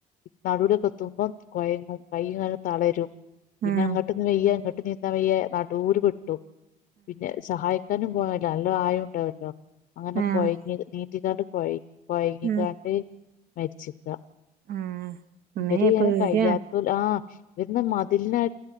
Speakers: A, on the left (about 65°); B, on the right (about 60°).
A: ഈ നടുവിലൊക്കെ എത്തുമ്പോം കൊഴങ്ങും കയ്യും കാലും തളരും. പിന്നെ
B: ആഹ്
A: അങ്ങട്ട് നിന്താൻ വയ്യ, ഇങ്ങോട്ട് നീന്താൻ വെയ്യ, നടുവില് പെട്ടു പിന്നെ സഹായ പോയല്ലോ നല്ലോ ആഴം ഉണ്ടാവല്ലോ അങ്ങനെ
B: ആഹ് ആഹ്
A: കൊഴഞ്ഞ് നീന്തി കൊഴയി കൊഴങ്ങിക്കാണ്ട്
B: ഉം
A: മരിച്ചിരിക്ക
B: ആഹ് അമ്മേ
A: ഇവര്
B: പേടിയാണ്
A: കഴിയാത്ത ആഹ് ഇവരന്ന മതില്ന്